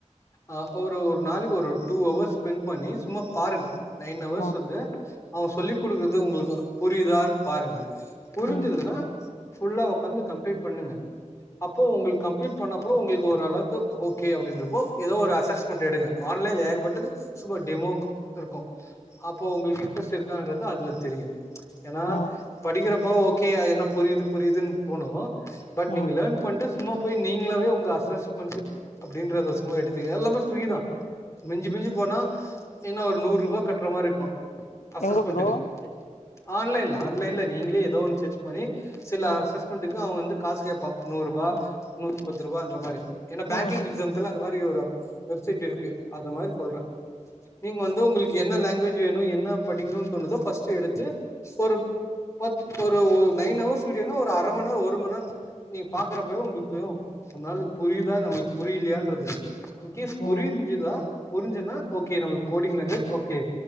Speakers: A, on the left; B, on the left.
A: ஆ ஒரு ஒரு நாளைக்கு ஒரு டூ அவர்ஸ் ஸ்பெண்ட் பண்ணி சும்மா பாருங்க நைன் அவர்ஸ்
B: ஆ
A: வந்து அவங்க சொல்லி் குடுக்குறது உங்களுக்கு புரியுதான்னு பாருங்க புரிஞ்சுதுன்னா
B: ம்
A: ஃபுல்லா உக்‌காந்து கம்ப்ளீட் பண்ணுங்க அப்போ உங்களுக் கம்ப்ளீட் பண்ணப்பறோ உங்களுக் ஓரளவுக்கு ஓகே அப்டின்றப்போ எதோ ஒரு அசஸ்மெண்ட் எடுங்க ஆன்லைன்ல ஏகப்பட்டது சும்மா டெமோக்கு இருக்கு அப்போ உங்களுக்கு இன்ட்ரெஸ்ட் இருக்கான்றது அதுல தெரியு ஏனா
B: ஆ
A: படிக்கிறப்போ ஓகேயா என்ன புரியிது புரியிதுன் போனோ பட்
B: ம்
A: நீங்க லெர்ன் பண்ட்டு சும்மா போய் நீங்களாவே உங்க அசஸ்மெண்ட்டு அப்டின்றத சும்மா எடுத்து எல்லாமே ஃப்ரீ தா மிஞ்சி மிஞ்சி போனா என்ன ஒர் நூர்ருபா கட்ற மாரிருக்கு அசஸ்மெண்ட்டுக்கு
B: எங்க ப்ரோ
A: ஆன்லைன்ல ஆன்லைன்ல நீங்ளே எதோ ஒன்னு சர்ச் பண்ணி சில
B: ம்
A: அசஸ் மெண்ட்டுக்கு அவ வந்து காஸ் கேப்பா நூர் ருபா,
B: ம்
A: நூத்தி பத்ருபான்ற மாரி ஏனா
B: ம்
A: பேங்க்கிங்
B: ம்
A: எக்ஸாம் க்குலா அந்த மாரி ஒரு அப் வெப்சைட் இருக்கு அது மாதிரி சொல்றே நீங் வந் து உங்களுக்கு என்ன லாங்குவேஜ் வேணுமோ என்ன படிக்கணு தோணுதோ ஃபஸ்ட்டு எடுத்து ஒரு பத் ஒரு ஒர் நைன் அவர்ஸ் வீடியோனா ஒரு அர மண் நேரோ ஒரு மண் நேரோ நீங்க பாக்கறப்பவே உங்களுக் புரியு நம்ளால புரியுதா நம்ளுக் புரியலையான்றது இன்கேஸ்
B: ம்.
A: புரிஞ்சிதா புரிஞ்சத்னா ஓகே நம்ளுக் coding language okay